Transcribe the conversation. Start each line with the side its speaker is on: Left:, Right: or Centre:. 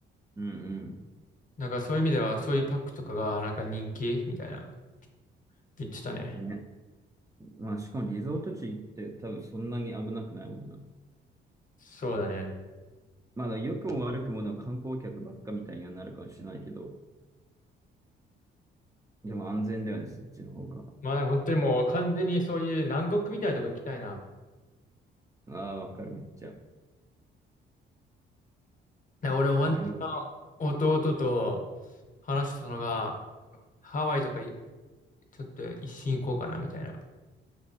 Right: うん
Left: なんかそういう意味では、そういうパックとかがなんか人気みたいな、言ってたね。
Right: うん。ね。まあ、しかもリゾート地行って多分そんなに危なくないもんな。
Left: そうだね。
Right: まだ良くも悪くもの観光客ばっかみたいにはなるかもしれないけど、でも安全だよね、そっちの方が。
Left: まあなんか本当にもう完全にそういう南国みたいなとこ行きたいな。
Right: ああ、わかる、めっちゃ。
Left: なんか俺もワンチャン弟と
Right: 南国、
Left: 話したのが、ハワイとかちょっと一瞬行こうかな、みたいな。